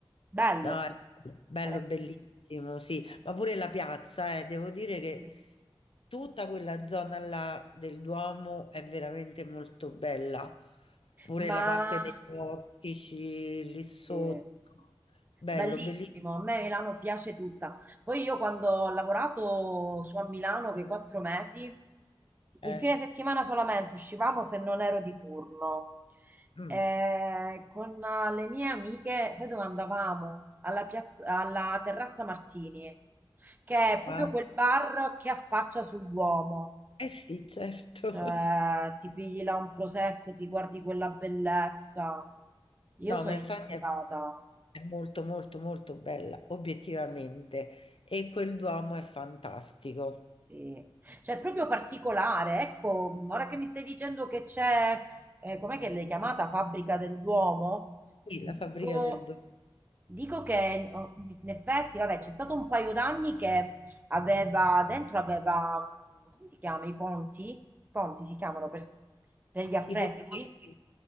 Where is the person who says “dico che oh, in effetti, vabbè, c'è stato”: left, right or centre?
Right